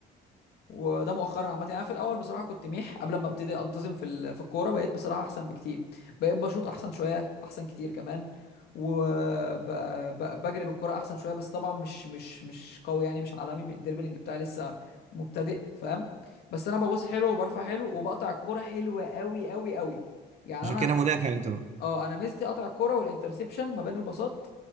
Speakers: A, on the left; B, on the right.
A: وده مؤخرا عامه يعني أنا في الاول بصراحه كنت ميح قبل ما ابتدي انتظم في ال- في الكوره بقيت بصراحه احسن بكتير بقيت بشوط احسن شويه احسن كتير كمان وبجري بالكوره احسن شويه بس طبعا مش مش مش قوي يعني مش عالمي الدربلينج بتاعي لسه مبتدئ فاهم بس انا بباصي حلو وبرفع حلو وبقطع الكوره حلوه قوي قوي قوي يعني
B: عشان
A: انا
B: كده مدافع انت بقى
A: اه انا ميزتي اقطع الكوره والانترسبشن ما بين الباصات